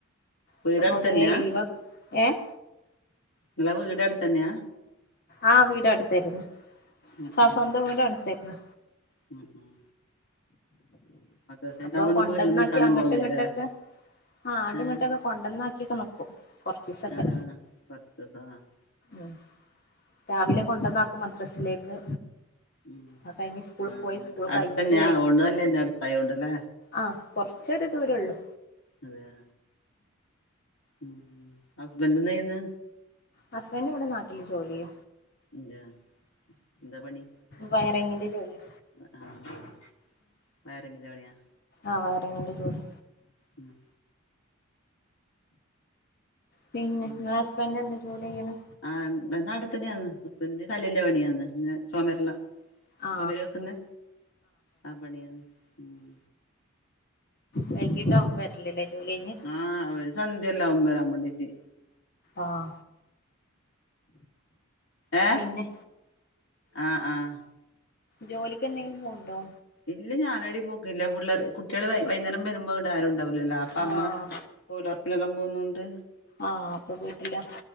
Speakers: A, on the left (about 80°); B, on the left (about 50°).
A: വീട്
B: ഇപ്പൊ പൊതുവേ
A: അടുത്തന്നെയാ
B: ലീവ് ഏഹ്
A: ഇങ്ങള വീട് അടുത്തന്നയാ?
B: ആഹ് വീട് അടുത്തന്നയാ
A: ഉം
B: സ
A: ഉം
B: സ്വന്തം വീട് അടുത്തന്നേ.
A: ഉം ഉം. മദ്രസ
B: അപ്പൊ
A: ഉണ്ടാവുമ്പോ ഒന്നും
B: കൊണ്ടന്നാക്കി
A: വീട്ടിൽ നിക്കാനൊന്നും
B: അങ്ങട്ട്
A: പോകാൻ കഴിയില്ലല്ലേ
B: ഇങ്ങട്ടൊക്കെ ആഹ് ആണ്ടുങ്ങട്ടൊക്കെ
A: ഏഹ്
B: കൊണ്ടന്നാക്കിയൊക്കെ നിക്കും കൊറച്ചിസം ഒക്കെ.
A: ആഹ് <unintelligible>
B: ഉം രാവിലെ കൊണ്ടന്നാക്കും മദ്രസിലേക്ക്.
A: ഉം
B: അത് കഴിഞ്ഞ് സ്കൂളിൽ
A: ആഹ്
B: പോയി
A: അങ്ങന
B: സ്കൂൾ
A: അടുത്തന്നെയ
B: കഴിഞ്ഞിട്ട്
A: അ ഓണ്ട്‌ നല്ലന്നെ അടുത്തായോണ്ടല്ലേ.
B: ആഹ് കൊറച്ചൊരു ദൂരുള്ളൂ.
A: അതയാ. ഉം ഹസ്ബൻഡ് എന്തെയ്യുന്ന്?
B: ഹസ്ബൻഡ് ഇവിടെ നാട്ടില് ജോലിയ്യ.
A: ഇജാ എന്താപണി.
B: വയറിങ്ങിന്റെ ജോലിയാ.
A: ആഹ് വയറിങ്ങിൻ്റെ പണിയാ.
B: ആഹ് വയറിങ്ങിന്റെ ജോലി.
A: ഉം.
B: പിന്നെ
A: ഉം
B: ഇങ്ങള ഹസ്ബൻഡ് എന്താ ജോലിയ്യണ്?
A: ആഹ് ബൻ്റ് നാട്ടിത്തന്നെയന്ന് ഹസ്ബൻഡ് ന് കല്ലിന്റെ പണിയാന്ന് പിന്ന ചൊമരെല്ല
B: ആ
A: ചൊമര് വെക്കുന്നെ ആ പണിയാന്ന് ഉം.
B: വൈകിട്ടാവും വരലല്ലേ ജോലി ഐഞ്ഞ്.
A: ആഹ് അവര് സന്ധ്യയെല്ലാവു ബെരാൻ ബേണ്ടിറ്റ്.
B: ആഹ്.
A: ഏഹ്
B: പിന്നെ
A: ആഹ് ആഹ്.
B: ജോലിക്കെന്തെങ്കിലും പോവുണ്ടോ?
A: ഇല്ല ഞാനേടും പോക്കില്ല പുള്ളറ് കുട്ട്യള് വൈകു വൈന്നേരം ബെരുമ്പോ ഈട ആരും ഉണ്ടാവുലല്ലോ അപ്പ
B: ആ
A: അമ്മ തൊയിലൊറപ്പിനെല്ലം പോന്നോണ്ട്.
B: ആഹ് അപ്പൊ വീട്ടിലാ